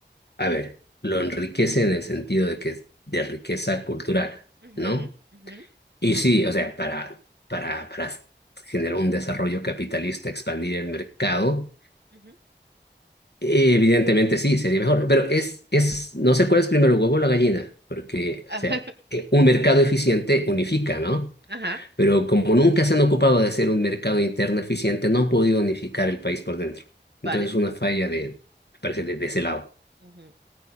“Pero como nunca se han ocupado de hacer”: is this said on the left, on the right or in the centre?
Left